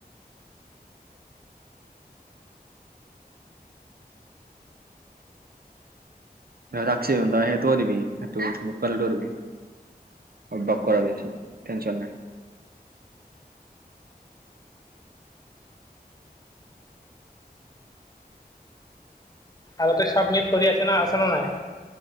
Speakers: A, on the right (about 65°); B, on the left (about 25°).
A: <unintelligible> সেইটোৱো দিবি, সেইটো <unintelligible> দিবি। অভ্যাস কৰা <unintelligible> টেনচন নাই।
B: আৰু তই চাবমিট কৰি আছ না আছ নে নাই।